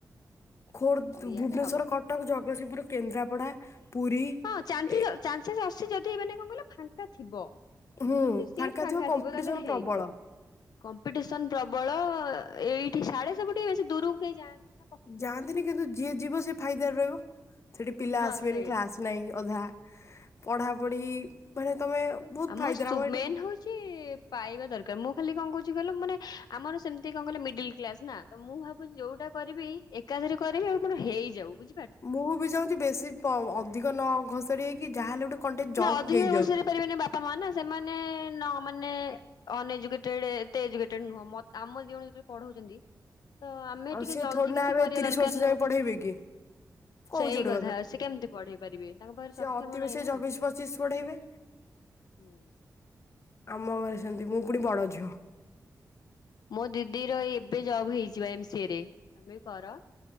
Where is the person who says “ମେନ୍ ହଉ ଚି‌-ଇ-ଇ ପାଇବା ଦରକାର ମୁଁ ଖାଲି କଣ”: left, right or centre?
Left